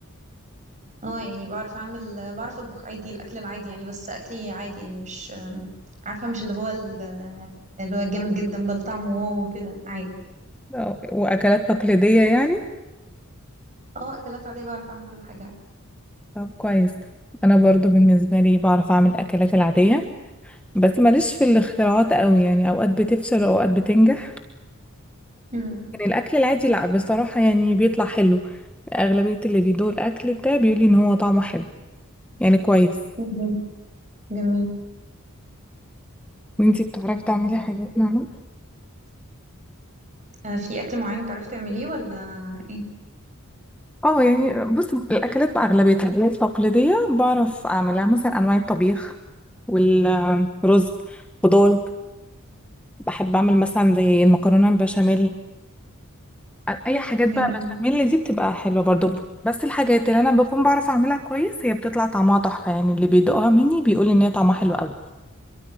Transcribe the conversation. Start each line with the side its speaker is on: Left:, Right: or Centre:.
Right: آه، يعني بعرف اعمل بعرف اطبخ عادي الاكل العادي يعني بس اكلي عادي يعني مش آم، عارفة مش اللي هو ال- اللي هو جامد جدا بل طعمه واو وكده عادي
Centre: أو- واكلات تقليديه يعني
Right: اه اكلات عادية بعرف اعمل كل حاجة عادي
Centre: طب كويس انا برضو بالنسبه لي بعرف اعمل الاكلات العاديه بس ماليش في الاختراعات قوي يعني اوقات بتفشل واوقات بتنجح
Right: مم.
Centre: يعني الاكل العادي لا بصراحه يعني بيطلع حلو اغلبيه اللي بيدوق الاكل بتاعي بيقولي ان هو طعمه حلو يعني كويس
Right: جميل جميل
Centre: وانتي بتعرفي تعملي حاجات معينه
Right: آه في اكل معين تعرفي تعمليه ولا ايه؟
Centre: اه يعني بص الاكلات بقى اغلبيه الاكلات التقليديه بعرف اعملها مثلا انواع الطبيخ والرز خضار بحب اعمل مثلا زي المكرونه البشاميل اي حاجات بقى
Right: جميل
Centre: بشاميل دي بتبقى حلوه برضو بس الحاجات اللي انا بكون بعرف اعملها كويس هي بتطلع طعمها تحفه يعني اللي بيدوقها مني بيقول ان هي طعمها حلو قوي